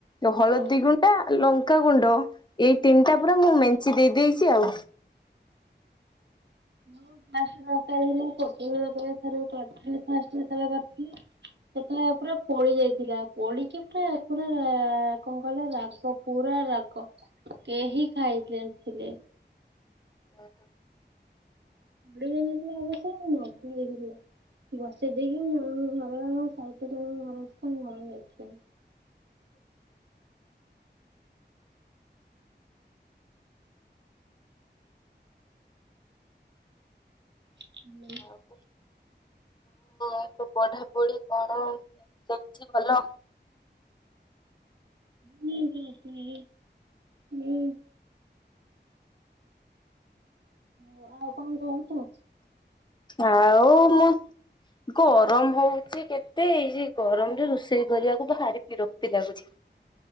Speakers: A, on the left; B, on the right.
A: ହଳଦୀ
B: ରସୁଣ
A: ଗୁଣ୍ଡା ଲଙ୍କା ଗୁଣ୍ଡ। ଏଇ ତିନିଟା ପୁରା ମୁଁ ମେଞ୍ଚେ ଦେଇ ଦେଇଛି ଆଉ।
B: ମୁଁ ଫା ଦର ହେଥିଲା କୋଟିଥିଲି ଫାଷ୍ଟ ଯେତେବେଳ କରିଥିଲି। ସେତେବେଲେ ପୁରା ପୋଳି ଯାଇଥିଲା ପୋଳିକି ପୁରା ପୁରା କଣ କହିଲ ରାଗ ପୁରା ରାଗ କେହି ଖାଇଣି ଥିଲେ।
A: ଓ ହୋ।
B: ଥିଲେ ଅବଶ୍ୟ ମୁଁ ନ ହେ ବସେଇ ଦେଇକି ଜ ଘର ଆମ ସହିତ ଜଣ ଘର ଅ ଆଙ୍କ ଘର ଯାଇ।
A: ଓ ହୋ।
B: <unintelligible>
A: ହଉୋ। ଆପଣ ପଢାପଢି କଣ ଚାଲିଛି ଭଲ
B: ହୁଁ ହଁ ହୁଁ ହୁଁ ହ ଆଉ କଣ କହୁଛୁ?
A: ଆଉ ମୁଁ ଗରମ ହଉଚ କେତେ ଏଇ ଗରମରେ ରୋଷେଇ କରିବାକୁ ଭାରି ବିରକ୍ତି ଲାଗୁଛି।